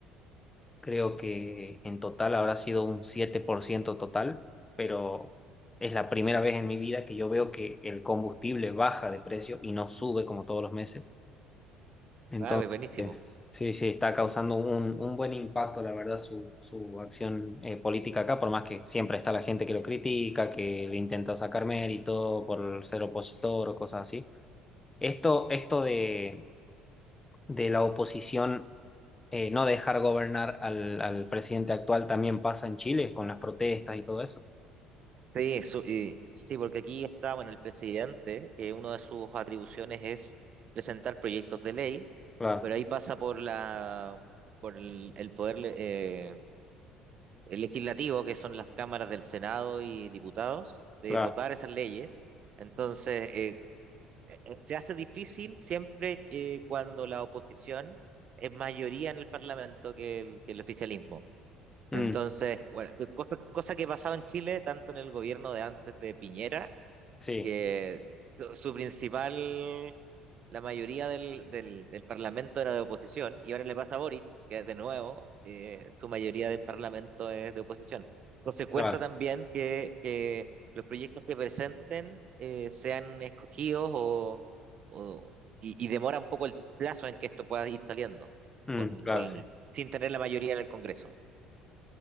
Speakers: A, on the left (about 20°); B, on the right (about 45°).
A: Creo que en total habrá sido un 7% total, pero es la primera vez en mi vida que yo veo que el combustible baja de precio y no sube como todos los meses. Entonces,
B: Ah, pues buenísimo.
A: sí, sí, está causando un, un buen impacto, la verdad, su, su acción eh, política acá, por más que siempre está la gente que lo critica, que le intenta sacar mérito por ser opositor o cosas así. Esto, esto de, de la oposición eh, no dejar gobernar al, al presidente actual también pasa en Chile con las protestas y todo eso.
B: Sí, eso, eh, sí, porque aquí está, bueno, el presidente, que una de sus atribuciones es presentar proyectos de ley,
A: Claro,
B: pero ahí pasa por la, por el, el poder le- eh, el legislativo, que son las cámaras del Senado y diputados, de
A: claro.
B: votar esas leyes. Entonces, eh, eh, eh, se hace difícil siempre eh, cuando la oposición es mayoría en el Parlamento que el, que el oficialismo.
A: Mm,
B: Entonces, bueno, cosa, cosa que pasaba en Chile, tanto en el gobierno de antes de Piñera,
A: sí,
B: que su su principal, la mayoría del, del, del Parlamento era de oposición, y ahora le pasa a Boric, que de nuevo eh, su mayoría del Parlamento es de oposición. Entonces cuesta
A: claro.
B: también que, que los proyectos que presenten eh, sean escogidos o, o- y, y demora un poco el plazo en que esto pueda ir saliendo,
A: Mm,
B: con,
A: claro,
B: con,
A: sí.
B: sin tener la mayoría en el Congreso.